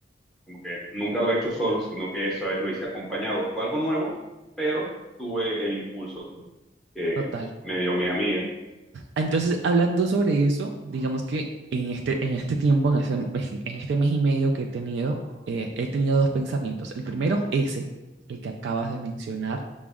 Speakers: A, in the centre; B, on the right.
A: Como que nunca lo he hecho solo, sino que esa vez lo hice acompañado. Fue algo nuevo, pero tuve el impulso que, que
B: total.
A: me dio mi amiga.
B: Entonces, hablando sobre eso, digamos que en este, en este tiempo, en, ese- en este mes y medio que he tenido, eh, he tenido dos pensamientos. El primero, ese, el que acabas de mencionar,